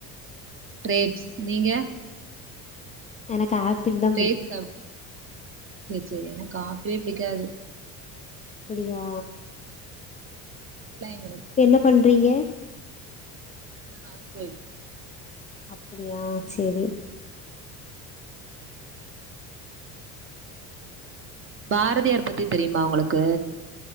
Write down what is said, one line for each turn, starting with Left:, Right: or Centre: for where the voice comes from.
Right: க்ரேப்ஸ் நீங்க
Left: எனக்கு ஆப்பிள்தா
Right: க்ரேப்ஸ் சாப்டுவ சேர் சேரி எனக்கு ஆப்பிளே பிடிக்காது
Left: அப்படியா
Right: நல்லா என்னோட
Left: என்ன பண்றிங்க
Right: நா ஹவுஸ் ஒய்ஃப்
Left: அப்படியா செரி
Right: பாரதியார் பத்தி தெரியுமா உங்களுக்கு